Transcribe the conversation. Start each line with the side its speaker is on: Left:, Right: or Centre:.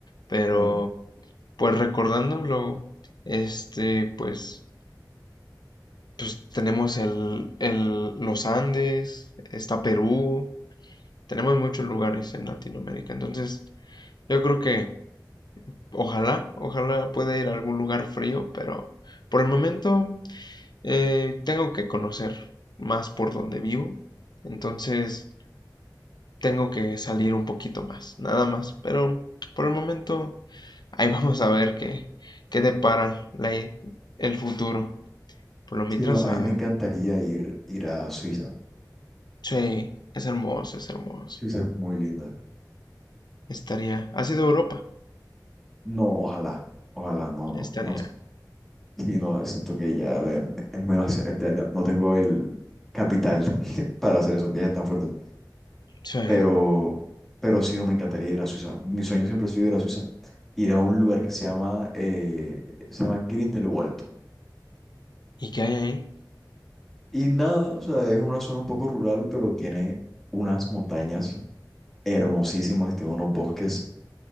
Left: Pero,
Centre: Claro.
Left: pues recordándolo, este, pues, pues tenemos el, el, los Andes, está Perú, tenemos muchos lugares en Latinoamérica. Entonces, yo creo que Ojalá, ojalá pueda ir a algún lugar frío, pero por el momento eh, tengo que conocer más por donde vivo, entonces tengo que salir un poquito más, nada más, pero por el momento ahí <laughs> vamos a ver qué, qué depara la- el futuro. Por lo mientras,
Centre: Sí, no, a
Left: ah,
Centre: mí me encantaría ir, ir a Suiza.
Left: sí, es hermoso, es hermoso.
Centre: Suiza es muy linda.
Left: Estaría, ha sido Europa,
Centre: No, ojalá, ojalá, no, no,
Left: estaría,
Centre: no, Sí, no, siento que ya me- me- es muy demasiado- ya- ya no tengo el capital <laughs> para hacer esos viajes tan fuertes.
Left: sí.
Centre: Pero, pero sí, no, me encantaría ir a Suiza. Mi sueño siempre ha sido ir a Suiza. Ir a un lugar que se llama, eh, se llama Grindelwald.
Left: ¿Y qué hay ahí?
Centre: Y nada, o sea, es una zona un poco rural, pero tiene unas montañas hermosísimas y tiene unos bosques